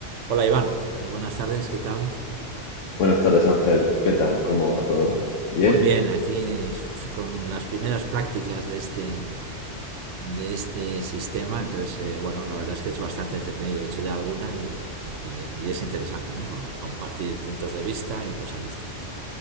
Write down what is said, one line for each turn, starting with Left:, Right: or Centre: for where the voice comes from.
Right: Hola Iván, eh, buenas tardes, ¿qué tal?
Left: Buenas tardes, Ángel. ¿Qué tal? ¿Cómo va todo? ¿Bien?
Right: Pues bien, aquí eh, con las primeras prácticas de este, de este sistema, entonces, eh, bueno, la verdad es que es bastante entretenido, he hecho ya alguna y, y- y es interesante, ¿no? Por compartir puntos de vista y cosas de estas.